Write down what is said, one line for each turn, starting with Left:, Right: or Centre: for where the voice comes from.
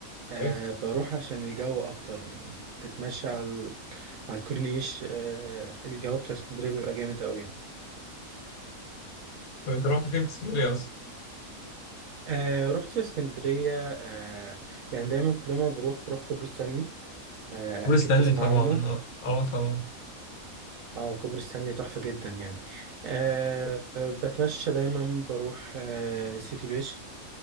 Right: أه
Left: إيه؟
Right: بروح عشان الجو أكتر يعني تتمشى على ال- على الكورنيش أه الجو بتاع اسكندرية بيبقى جامد أوي يعني
Left: طب انت رحت فين في اسكندريه اصلا
Right: أه رحت في اسكندرية أه يعني دايما لما بروح بروح كوبري ستانلي آه،
Left: كوبري
Right: أكيد
Left: ستانلي
Right: تسمع
Left: طبعا
Right: عنه
Left: اه اه طبعا
Right: اه كوبري ستانلي تحفة جدا يعني أه آه، بتمشى دايما بروح أه سيتي بشر